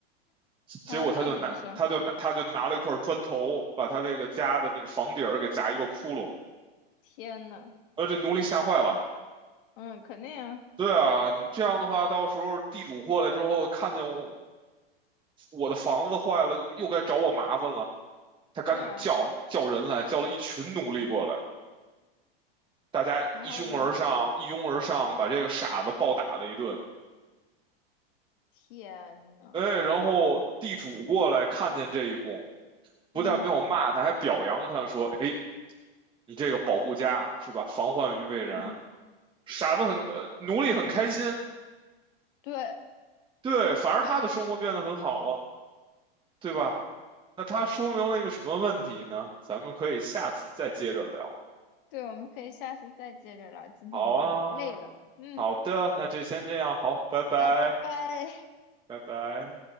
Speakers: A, on the right (about 15°); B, on the left (about 60°).
A: 结果他就拿，
B: 然后他怎么说？
A: 他就拿，他就拿了一块砖头，把他这个家的那个房顶儿给砸一个窟窿。
B: 天呐！
A: 呃，这奴隶吓坏了。
B: 嗯，肯定啊。
A: 对啊，这样的话，到时候地主过来之后，看见我我的房子坏了，又该找我麻烦了。他赶紧叫叫人来，
B: 对啊，
A: 叫了一群奴隶过来，大家一拥而上，
B: 然后呢？
A: 一拥而上，把这个傻子暴打了一顿。
B: 天呐，
A: 哎，然后地主过来看见这一幕，不但没有骂他，
B: 嗯
A: 还表扬他说：“哎，你这个保护家是吧？防患于未然。”
B: 嗯，
A: 傻子很，呃奴隶很开心，
B: 对，
A: 对，反而他的生活变得很好了，对吧？那它说明了一个什么问题呢？咱们可以下次再接着聊。
B: 对，我们可以下次再接着聊，今天有点儿累了，
A: 好啊，
B: 嗯，
A: 好的，那这先这样，好，拜拜，
B: 啊，拜拜。
A: 拜拜。